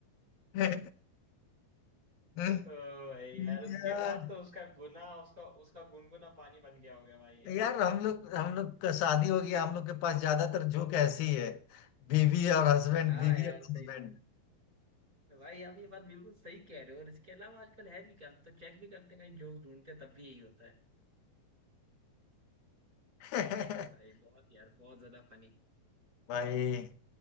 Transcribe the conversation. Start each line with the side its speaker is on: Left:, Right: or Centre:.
Left: है <laughs>
Right: ओ भाई यार उसके
Left: यार
Right: बाद तो उसका गुना उसका उसका गुनगुना पानी बन गया होगा भाई
Left: यार हम लोग हम लोग का शादी हो गया हम लोग के पास ज्यादातर जोक ऐसी ही है बीवी और हस्बैंड
Right: हाँ
Left: बीवी
Right: यार
Left: और हस्बैंड
Right: सही तो भाई आप ये बात बिल्कुल सही कह रहे हो और इसके अलावा आजकल है भी क्या हम तो चेक भी करते हैं कहीं जोक्स ढूंढते हैं तब भी यही होता
Left: <laughs>
Right: है ओ भाई बहुत यार बहुत ज्यादा फनी
Left: भाई